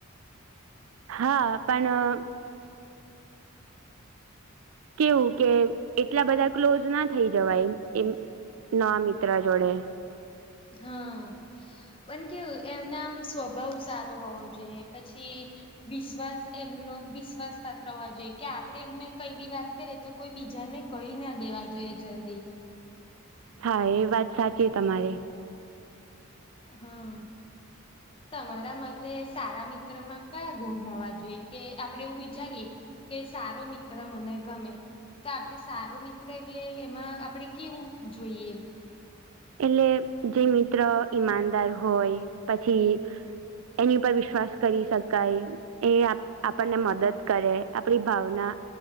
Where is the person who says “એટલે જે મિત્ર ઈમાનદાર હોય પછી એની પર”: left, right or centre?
Right